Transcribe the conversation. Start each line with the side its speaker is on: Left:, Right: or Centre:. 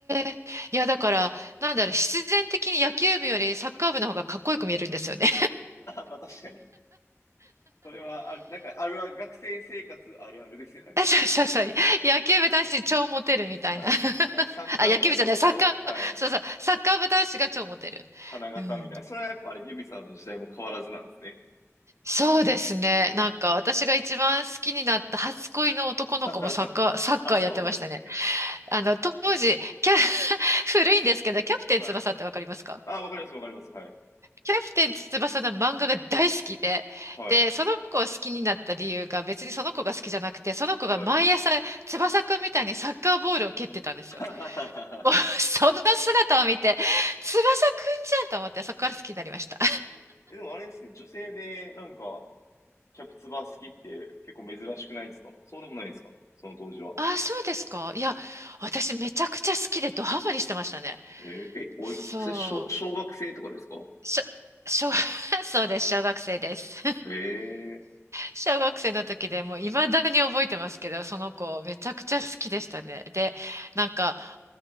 Right: えいや、だから、なんだろう、必然的に野球部よりサッカー部の方がかっこよく見えるんですよね。
Left: まあ確かに。それは、あ、なんか、あるある、学生生活あるあるですね、なんか。
Right: <laughs> そうそうそう。野球部男子超モテるみたいな。
Left: はい。
Right: <laughs>
Left: サ、サッカー部がちょっと、
Right: あ、野球部じゃない、サッカー、
Left: はい、
Right: そうそう、サッカー部男子が超モテる。
Left: 花形みたいな。
Right: うん。
Left: それはやっぱあれ、ユミさんの時代も変わらずなんですね。
Right: そうですね。なんか、私が一番好きになった初恋の男の子もサッカー、
Left: <laughs>
Right: サッカーやってましたね。
Left: あ、そうなんですね。
Right: あの、当時、キャ、<laughs> 古いんですけど、キャプテン翼ってわかりますか
Left: はい。あ、わかります、わかります。はい。
Right: キャプテン翼の漫画が大好きで、
Left: はい。
Right: で、その子を好きになった理由が別にその子が好きじゃなくて、その子が毎朝翼くんみたいにサッカーボールを蹴ってたんですよ。
Left: はい。<laughs>
Right: もう、その姿を見て、翼くんじゃんと思って、そこから好きになりました。
Left: うんえ、でもあれですね、女性でなんか、キャプツバ好きって結構珍しくないですかそうでもないですかその当時は。
Right: あ、そうですかいや、私めちゃくちゃ好きでドハマりしてましたね。
Left: えーえ、おい、
Right: そう。
Left: それ小、小学生とかですか
Right: しょ、小 <laughs> そうです。小学生です。
Left: ええ
Right: 小学生の時でもう未だに覚えてますけど、その子めちゃくちゃ好きでしたね。で、なんか、